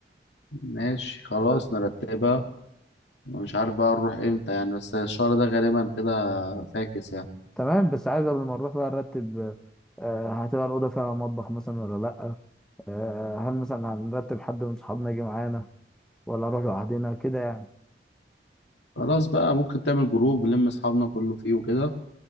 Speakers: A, on the left; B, in the centre.
A: ماشي خلاص
B: آه،
A: نرتبها ومش عارف بقى نروح إمتى يعني بس الشهر ده غالبا كده فاكس يعني
B: تمام بس عايز قبل ما نروح بقى نرتب آه، هتبقى الأوضة فيها مطبخ مثلا ولا لأ آه، هل مثلا هنرتب حد من صحابنا يجي معانا ولا نروح لوحدنا كده يعني
A: خلاص بقى ممكن تعمل جروب نلم أصحابنا كله فيه وكده